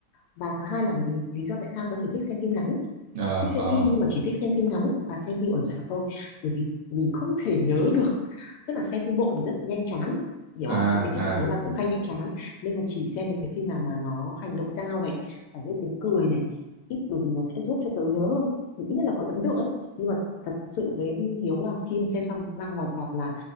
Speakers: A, on the left; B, on the right.
A: và thứ hai là bởi vì lý do tại sao tớ thì thích xem phim ngắn
B: ờ
A: thích xem
B: ờ
A: phim nhưng mà chỉ thích xem phim ngắn và xem phim ở rạp thôi bởi vì mình không thể nhớ được tức là xem phim bộ thì rất nhanh chán hiểu
B: à
A: không cái tính cách
B: à
A: của tớ là cũng hay nhanh chán nên là chỉ xem được cái phim nào mà nó hành động cao này phải gây tiếng cười này ít bởi vì nó sẽ giúp cho tớ nhớ hơn thì ít nhất là có ấn tượng ấy nhưng mà thật sự với Hiếu là khi mà xem xong ra ngoài rạp là